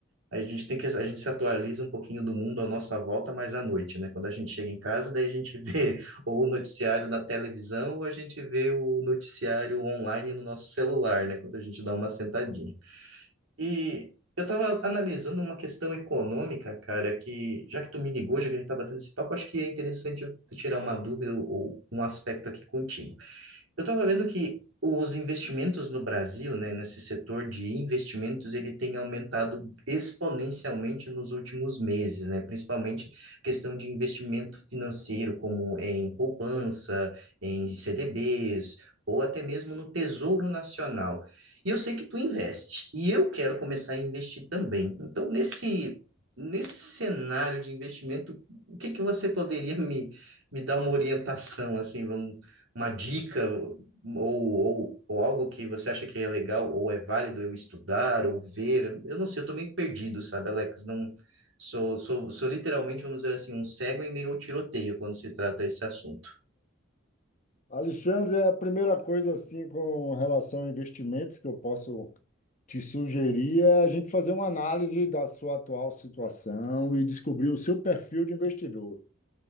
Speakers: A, on the right; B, on the left.
A: A gente tem que, a gente se atualiza um pouquinho do mundo à nossa volta, mas à noite, né? Quando a gente chega em casa, daí a gente vê <laughs> ou o noticiário na televisão, ou a gente vê o noticiário online no nosso celular, né? Quando a gente dá uma sentadinha. E eu estava analisando uma questão econômica, cara, que já que tu me ligou, já que a gente está batendo esse papo, acho que é interessante eu tirar uma dúvida ou um aspecto aqui contigo. Eu estava vendo que os investimentos no Brasil, né, nesse setor de investimentos, ele tem aumentado exponencialmente nos últimos meses, né, principalmente questão de investimento financeiro, como em poupança, em CDBs, ou até mesmo no Tesouro Nacional. E eu sei que tu investe, e eu quero começar a investir também. Então, nesse, nesse cenário de investimento, o que que você poderia me, me dar uma orientação, assim, vamos uma dica ou, ou, ou algo que você acha que é legal ou é válido eu estudar ou ver? Eu não sei, eu tô meio perdido, sabe, Alex? Não sou, sou, sou literalmente, vamos dizer assim, um cego em meio ao tiroteio quando se trata esse assunto.
B: Alexandre, é a primeira coisa assim com relação a investimentos que eu posso te sugerir é a gente fazer uma análise da sua atual situação e descobrir o seu perfil de investidor.